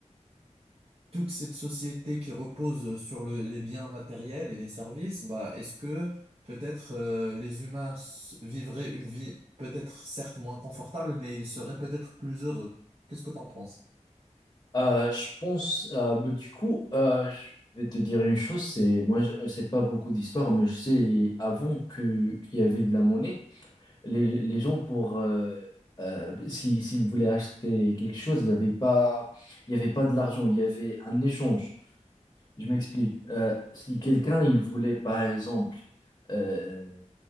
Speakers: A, on the right (about 50°); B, on the left (about 30°).
A: toute cette société qui repose euh, sur le- les biens matériels et les services, bah, est-ce que peut-être euh, les humains s- vivraient une vie peut-être certes moins confortable, mais ils seraient peut-être plus heureux? Qu'est-ce que t'en penses?
B: Euh, je pense, euh, bah, du coup, euh, je vais te dire une chose, c'est moi je ne sais pas beaucoup d'histoire, mais je sais avant que qu'il y avait de la monnaie, les, les gens pour euh, euh, si, s'ils voulaient acheter quelque chose, il n'y avait pas il y avait pas de l'argent, il y avait un échange. Je m'explique. Euh, si quelqu'un il voulait par exemple euh,